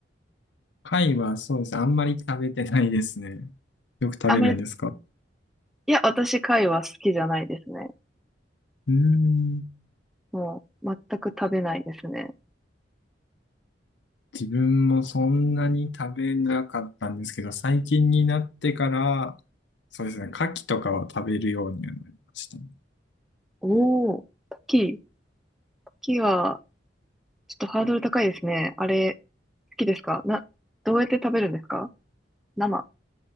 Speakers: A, on the left (about 80°); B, in the centre.
A: 貝はそうです。あんまり食べてないですね。よく食べるんですかう
B: あんまりいや、私、貝は好きじゃないですね。
A: ーん。
B: もう、全く食べないですね。
A: 自分もそんなに食べなかったんですけど、最近になってから、そうですね。牡蠣とかは食べるようにはなりましたね。
B: おー、牡蠣、牡蠣は、ちょっとハードル高いですね。あれ、好きですかな、どうやって食べるんですか生。